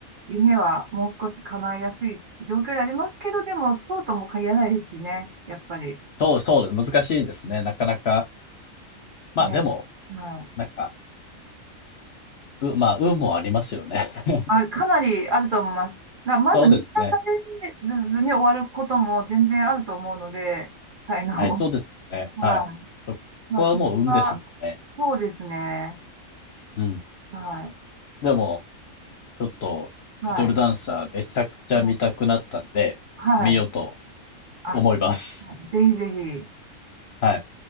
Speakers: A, on the right; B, on the left.
A: 夢はもう少し叶いやすい状況でありますけど、でも、そうとも限らないですしね、やっぱり。
B: そうそうです。難しいですね。なかなか。まあでも、
A: ね。はい。
B: なんか、う、まあ運もありますよね。<laughs>
A: あ、かなりあると思います。な、まず、
B: そうですね。
A: 満たされずに終わることも全然あると思うので、才能。
B: はい、
A: <laughs>
B: そうですよね。
A: はい
B: はい。そこはもう運ですもんね。
A: まあ、そこが、そうですね。
B: うん。
A: は
B: でも、ちょっと、
A: い。はい。
B: リトルダンサーめちゃくちゃ見たくなったんで、
A: まあはい。
B: 見ようと
A: あ、
B: 思います。
A: ぜひぜひ。
B: はい。